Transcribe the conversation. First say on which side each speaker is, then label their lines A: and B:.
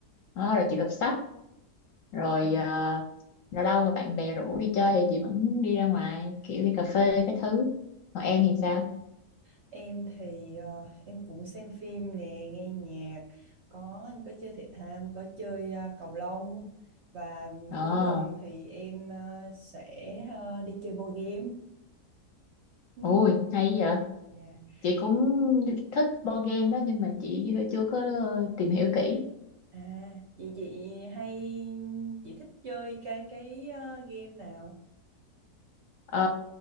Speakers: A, on the left; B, on the right.
A: đó, rồi chị đọc sách, rồi
B: Ừ.
A: ờ, lâu lâu mà bạn bè rủ đi chơi thì chị vẫn đi ra ngoài kiểu đi cà phê cái thứ. Còn em thì sao?
B: Em thì ờ, em cũng xem phim nè, nghe nhạc, có em có chơi thể thao, em có chơi ờ, cầu lông và
A: Ờ,
B: cuối tuần thì em ờ, sẽ ờ, đi chơi board game. Ừ,
A: ui hay vậy.
B: dạ.
A: Chị cũng thích board game đó nhưng mà chị chưa chưa có tìm hiểu kỹ.
B: À, vậy chị hay chị thích chơi cái cái ờ, game nào?
A: Ờ,